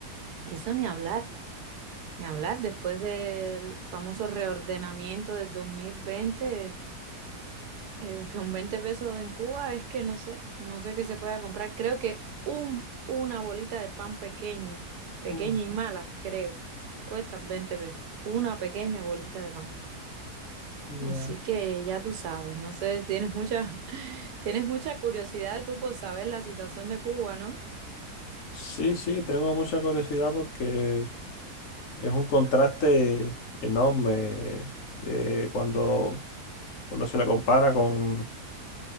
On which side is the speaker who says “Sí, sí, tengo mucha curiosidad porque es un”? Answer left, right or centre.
Left